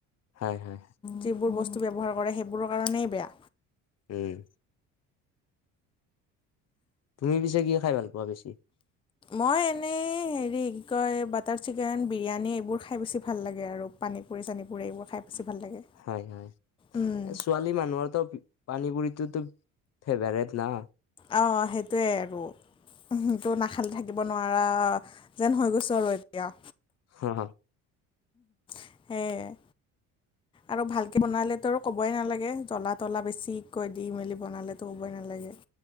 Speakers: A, on the left; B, on the left.
A: হয় হয়।
B: যিবোৰ বস্তু ব্যৱহাৰ কৰে সেইবোৰৰ কাৰণেই বেয়া।
A: উম' তুমি পিছে কি খাই ভাল পোৱা বেছি?
B: মই এনেই হেৰি কি কয় বাটাৰ চিকেন বিৰিয়ানী এইবোৰ খাই বেছি ভাল লাগে আৰু। পানী পুৰি চানী পুৰি এইবোৰ খাই বেছি ভাল লাগে।
A: হয় হয়,
B: উম,
A: এ ছোৱালী মানুহৰতো পানীপুৰিটোতো ফেভাৰেট না।
B: অঁ সেইটোৱে আৰু। ত নাখালে থাকিব নোৱাৰা যেন হৈ গৈছো আৰু এতিয়া।
A: হঁ হঁ।
B: সে- আৰু ভালকে বনালেতো ক'বই নালাগে, জ্বলা তলা বেছিকৈ দি মেলি বনালেতো ক'বই নালাগে।